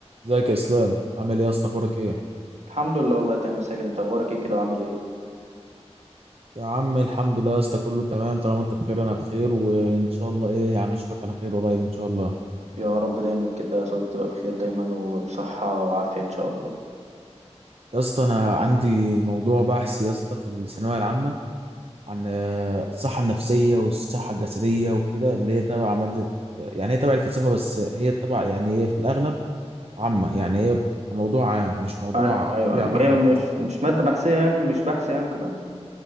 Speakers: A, on the right; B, on the right.
A: ازيك يا اسلام عامل ايه يا اسطى اخبارك ايه
B: الحمد لله والله تمام يا ساجد انت اخبارك ايه كده وعامل ايه
A: يا عم الحمد لله يا اسطى كله تمام طالما انت بخير انا بخير وان شاء الله ايه يعني اشوفك على خير قريب ان شاء الله
B: يا رب دايما كده صوتك تبقى بخير دايما وبصحة وعافية ان شاء الله
A: يا اسطى انا عندي موضوع بحث يا اسطى في الثانويه العامه عن آه، الصحه النفسيه والصحه الجسديه وكده اللي هي تبع ماده يعني هي تبع الفلسفه بس هي تبع يعني هي في الاغلب عامه يعني هي موضوع عام مش موضوع
B: ايوه ايوه
A: ليه
B: ايوه
A: علاقه
B: هي مش مش مادة بحثية يعني مش بحث يعني وكده